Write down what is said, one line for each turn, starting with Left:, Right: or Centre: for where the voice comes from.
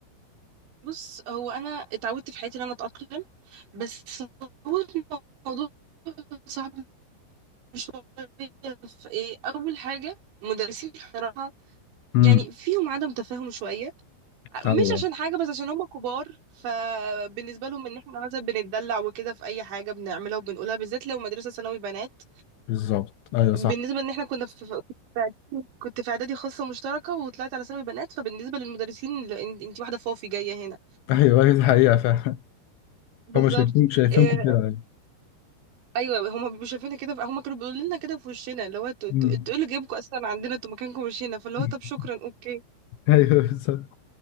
Right: بص هو انا اتعودت في حياتي ان انا اتاقلم بس هو الموضوع صعب شويه في ايه اول حاجه مدرسين بصراحه
Left: امم
Right: يعني فيهم عدم تفاهم شويه مش
Left: ايوه
Right: عشان حاجه بس عشان هم كبار فبالنسبه لهم ان احنا مثلا بنتدلع وكده في اي حاجه بنعملها وبنقولها بالذات لو مدرسه ثانوي بنات
Left: بالظبط ايوه
Right: بالنسبة
Left: صح
Right: ان احنا كنا في في- في إعدادي- كنت في اعدادي خاصة مشتركة وطلعت على ثانوي بنات فبالنسبة للمدرسين لا، ان- انتي واحدة فوفي جاية هنا
Left: <laughs> ايوه أيوة، دي حقيقه فعلا
Right: بالظبط
Left: هم شايفين شايفينكم
Right: إيه
Left: كده يعني
Right: ايوه هما بيبقوا شايفينها كده هما كانوا بيقولوا لنا كده في وشنا اللي هو انتوا انتوا
Left: أمم.
Right: انتوا ايه اللي جايبكم اصلا عندنا انتوا مكانكم مش هنا فاللي
Left: <laughs>
Right: هو طب شكرا اوكي
Left: ايوه بالظبط